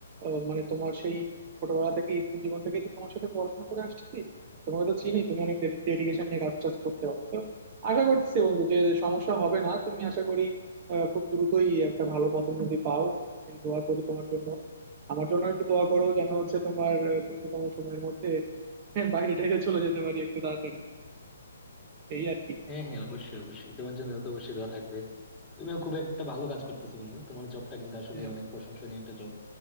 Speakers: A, on the right (about 30°); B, in the centre.
A: আহ, মানে তোমার সেই ছোটবেলা থেকে স্কুল জীবন থেকে তো তোমার সাথে পড়াশোনা করে আসছি তোমাকে তো চিনি তুমি অনেক ডেডিকেশন নিয়ে কাজ টাজ করতে পারো তো আশা করছি বন্ধু যে সমস্যা হবে না তুমি আশা করি আহ, খুব দ্রুতই একটা ভালো পদোন্নতি পাও এই দোয়া করি তোমার জন্য আমার জন্য একটু দোয়া করো যেন হচ্ছে তোমার আহ, দ্রুততম সময়ের মধ্যে বাইরে টাইরে চলে যেতে পারি একটু তাড়াতাড়ি এই আর কি
B: হ্যাঁ হ্যাঁ অবশ্যই অবশ্যই তোমার জন্য তো অবশ্যই দোয়া থাকবে তুমিও খুব একটা ভালো কাজ করতেছো বন্ধু তোমার জবটা কিন্তু আসলে
A: হ্যাঁ
B: অনেক
A: বন্ধু।
B: প্রশংসনীয় একটা জব